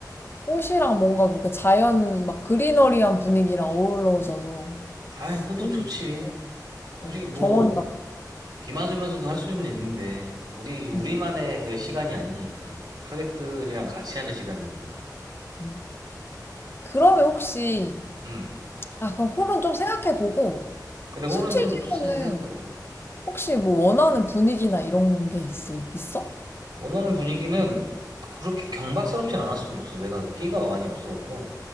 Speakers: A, on the left; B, on the right.
A: 꽃이랑 뭔가 그렇게 자연 막 그리너리한 분위기랑 어우러져서
B: 아, 그것도
A: 너무
B: 좋지.
A: 좋-
B: 솔직히
A: 어,
B: 뭐
A: 정원 같고.
B: 비 맞으면서도 할 수는 있는데 우리 우리만의
A: 음,
B: 그 시간이 아니니까. 하객들이랑 같이 하는 시간이니까.
A: 음. 그러면 혹시
B: 음.
A: 아 그럼 홀은 좀 생각해보고
B: 그래
A: 스튜디오는
B: 홀은 좀 생각하고
A: 혹시 뭐 원하는 분위기나 이런 게 있을 있어? <laughs>
B: 원하는 분위기는 그렇게 경박스럽진 않았으면 좋겠어. 내가 끼가 많이 없어갖고.